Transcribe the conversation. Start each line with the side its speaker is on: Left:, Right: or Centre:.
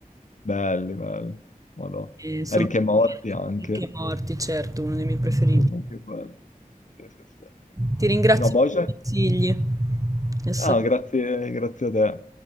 Left: belli, belli. Madò.
Right: E sono
Left: Rick e Morty anche.
Right: tutti e morti, certo, uno dei miei preferiti.
Left: Oh, che bello. Sì, sì, sì.
Right: Ti ringrazio
Left: No, Bojack?
Right: per i consigli. È stato
Left: Ah, grazie, grazie a te.